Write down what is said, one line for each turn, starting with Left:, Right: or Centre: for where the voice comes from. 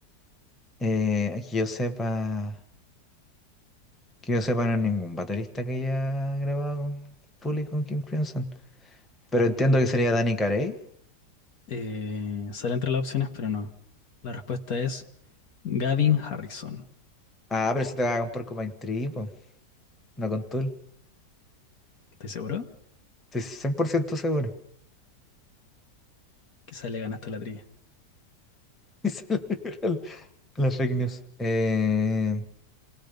Centre: Eh, que yo sepa, que yo sepa, no hay ningún baterista que haya grabado con Tool y con King Crimson. Pero entiendo que sería Danny Carey.
Left: Eh, sale entre las opciones, pero no. La respuesta es Gavin Harrison.
Centre: Ah, pero se te va con Porcupine Tree, po, no con Tool.
Left: ¿Estás seguro?
Centre: Estoy 100% seguro. <laughs>
Left: Quizá le ganaste la trivia.
Centre: Y se le libra la la fake news. Eh,